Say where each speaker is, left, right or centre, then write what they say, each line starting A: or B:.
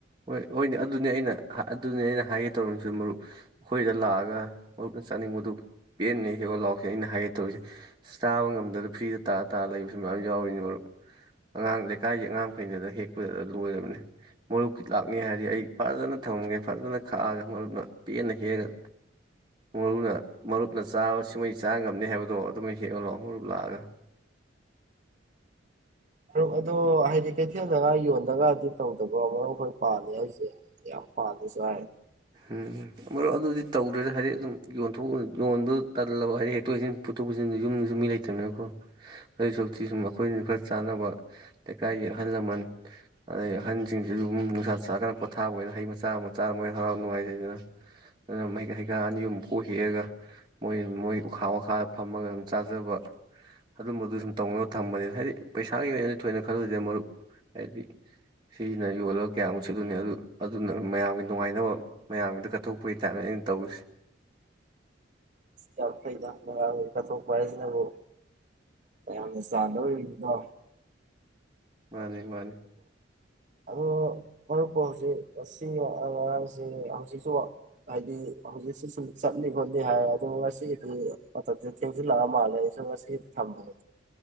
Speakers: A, on the right; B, on the right.
A: ꯍꯣꯏ ꯍꯣꯏꯅꯦ ꯑꯗꯨꯅꯤ ꯑꯩꯅ ꯑꯗꯨꯅꯤ ꯑꯩꯅ ꯍꯥꯏꯒꯦ ꯇꯧꯔꯤꯃꯤꯁꯨ ꯃꯔꯨꯞ ꯑꯩꯈꯣꯏꯗ ꯂꯥꯛꯑꯒ ꯃꯔꯨꯞꯅ ꯆꯥꯅꯤꯡꯕꯗꯨ ꯄꯦꯟꯅ ꯍꯦꯛꯎ ꯂꯥꯛꯑꯣ ꯑꯩꯅ ꯍꯥꯏꯒꯦ ꯇꯧꯔꯤꯁꯦ ꯆꯥꯕ ꯉꯝꯗ꯭ꯔ ꯐ꯭ꯔꯤꯗ ꯇꯥꯔ ꯇꯥꯔꯥ ꯂꯩꯕꯁꯨ ꯃꯌꯥꯝ ꯌꯥꯎꯔꯤꯅꯤ ꯃꯔꯨꯞ ꯑꯉꯥꯡ ꯂꯩꯀꯥꯏꯒꯤ ꯑꯉꯥꯡꯈꯩꯅꯗ ꯍꯦꯛꯄꯗ ꯂꯣꯏꯔꯕꯅꯤ ꯃꯔꯨꯞ ꯂꯥꯛꯅꯤ ꯍꯥꯏꯔꯗꯤ ꯑꯩ ꯐꯖꯅ ꯊꯝꯒꯦ ꯐꯖꯅ ꯈꯥꯛꯑꯒ ꯃꯔꯨꯞꯅ ꯄꯦꯟꯅ ꯍꯦꯛꯑꯒ ꯃꯔꯨꯅ ꯃꯔꯨꯞꯅ ꯆꯥꯕ ꯁꯃꯩ ꯆꯥ ꯉꯝꯅꯤ ꯍꯥꯏꯕꯗꯣ ꯑꯗꯨꯝ ꯍꯦꯛꯉ ꯂꯥꯛꯑꯣ ꯃꯔꯨꯞ ꯂꯥꯛꯑꯒ
B: ꯃꯔꯨꯞ ꯑꯗꯣ ꯍꯥꯏꯗꯤ ꯀꯩꯊꯦꯜꯗꯒ ꯌꯣꯟꯗꯒꯗꯤ ꯇꯧꯗꯕ꯭ꯔꯣ ꯃꯔꯨꯞ ꯑꯩꯈꯣꯏ ꯄꯥꯟꯗꯦ ꯍꯥꯏꯁꯦ ꯌꯥꯝ ꯄꯥꯜꯂꯦꯁꯨ ꯍꯥꯏ
A: ꯎꯝ ꯃꯔꯨꯞ ꯑꯗꯨꯗꯤ ꯇꯧꯗ꯭ꯔꯦꯗ ꯍꯥꯏꯗꯤ ꯑꯗꯨꯝ ꯌꯣꯟꯊꯣꯛ ꯌꯣꯟꯕꯗꯨ ꯇꯟꯂꯕ ꯍꯥꯏꯗꯤ ꯍꯦꯛꯇꯣꯛ ꯍꯦꯛꯆꯟ ꯄꯨꯊꯣꯛ ꯄꯨꯁꯤꯟꯗ ꯌꯨꯝꯁꯨꯨꯝ ꯃꯤ ꯂꯩꯇꯕꯅꯤꯅꯀꯣ ꯑꯗꯨꯩ ꯁꯛꯇꯤ ꯁꯨꯝ ꯑꯩꯈꯣꯏꯅꯁꯨ ꯈꯔ ꯆꯥꯅꯕ ꯂꯩꯀꯥꯏꯒꯤ ꯑꯍꯜ ꯂꯃꯟ ꯑꯗꯩ ꯑꯍꯟꯁꯤꯡꯁꯤꯁꯨ ꯑꯗꯨꯝ ꯅꯨꯡꯁꯥ ꯆꯥꯀꯅ ꯄꯣꯊꯥꯕ ꯑꯣꯏꯅ ꯍꯩ ꯃꯆꯥ ꯃꯆꯥ ꯑꯃꯅ ꯍꯔꯥꯎ ꯅꯨꯡꯉꯥꯏꯖꯩꯗꯅ ꯑꯗꯨꯅꯩ ꯍꯩꯀꯥ ꯑꯅꯤꯃꯨꯝ ꯀꯣꯛ ꯍꯦꯛꯑꯒ ꯃꯣꯏ ꯃꯣꯏ ꯎꯈꯥ ꯋꯥꯈꯥꯗ ꯐꯝꯃꯒ ꯑꯗꯨꯝ ꯆꯥꯖꯕ ꯑꯗꯨꯝꯕꯗꯨ ꯁꯨꯝ ꯇꯧꯅꯕ ꯊꯝꯕꯅꯤꯅ ꯍꯥꯏꯗꯤ ꯄꯩꯁꯥꯒꯤ ꯑꯣꯏꯅꯗꯤ ꯊꯣꯏꯅ ꯈꯜꯂꯨꯁꯤꯗꯦ ꯃꯔꯨꯞ ꯍꯥꯏꯗꯤ ꯁꯤꯖꯤꯅ ꯌꯣꯜꯂꯒ ꯀꯌꯥꯃꯨꯛ ꯁꯠꯂꯨꯅꯤ ꯑꯗꯨ ꯑꯗꯨꯅ ꯃꯌꯥꯝꯒꯤ ꯅꯨꯡꯉꯥꯏꯅꯕ ꯃꯌꯥꯝꯒꯤꯗ ꯀꯠꯊꯣꯛꯄꯒꯤ ꯇꯥꯏꯞꯅꯦ ꯑꯩꯅ ꯇꯧꯔꯤꯁꯤ
B: ꯑꯁ ꯌꯥꯝ ꯐꯥꯏꯗ ꯀꯠꯊꯣꯛꯄ ꯍꯥꯏꯁꯤꯅꯕꯨ ꯃꯌꯥꯝꯅꯥ ꯆꯥ ꯂꯧꯔꯨꯔꯤꯗꯣ
A: ꯃꯥꯅꯤ ꯃꯥꯅꯤ
B: ꯑ ꯃꯔꯛꯄꯨ ꯍꯧꯖꯤꯛ ꯉꯁꯤ ꯑꯉꯥꯡꯁꯤ ꯍꯧꯖꯤꯛꯁꯨ ꯍꯥꯏꯗꯤ ꯍꯧꯖꯤꯛꯁꯨ ꯁꯨꯝ ꯆꯠꯂꯤ ꯈꯣꯠꯂꯤ ꯍꯥꯏꯔꯦ ꯑꯗꯨ ꯉꯁꯤꯒꯤꯗꯤ ꯃꯇꯝꯁꯤꯗ ꯊꯦꯡꯖꯤꯜꯂꯛꯑ ꯃꯥꯜꯂꯦ ꯑꯩ ꯁꯨꯝ ꯉꯁꯤꯒꯤꯗꯤ ꯊꯃꯒ